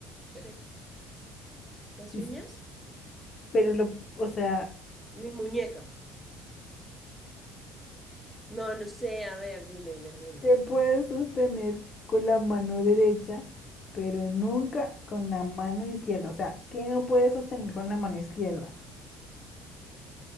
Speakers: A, in the centre; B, on the left.
A: derecha. ¿Las
B: Dice,
A: uñas?
B: Pero lo, o sea,
A: Mi muñeca. No, no sé, a ver, dime, me rindo.
B: se puede sostener con la mano derecha, pero nunca con la mano izquierda. O sea, ¿qué no puede sostener con la mano izquierda?